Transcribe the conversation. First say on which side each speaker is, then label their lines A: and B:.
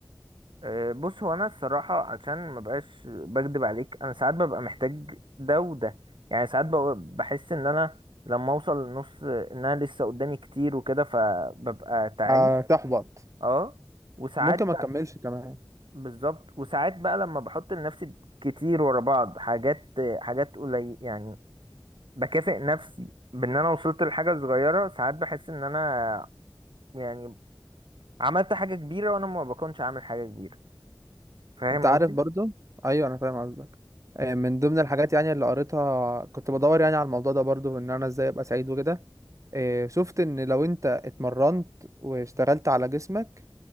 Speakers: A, on the right; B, on the right.
A: آه، بص هو انا الصراحه عشان ما بقاش بكدب عليك انا ساعات ببقى محتاج ده وده يعني ساعات ببقى- بحس ان انا لما اوصل للنص آه، ان انا لسه قدامي كتير وكده فببقى تعيس
B: هتحبط
A: اه وساعات
B: ممكن ما
A: بقى
B: تكملش كمان
A: بالظبط وساعات بقى لما بحط لنفسي كتير ورا بعض حاجات حاجات قليل يعني بكافئ نفسي بان انا وصلت لحاجه صغيره ساعات بحس ان انا يعني عملت حاجه كبيره وانا ما بكونش عامل حاجه كبيره فاهم
B: انت عارف
A: قصدي
B: برضو ايوه انا فاهم قصدك آه، من ضمن الحاجات يعني اللي قريتها كنت بدور يعني على الموضوع ده برضو ان انا ازاي ابقى سعيد وكده آه، شفت ان لو انت اتمرنت واشتغلت على جسمك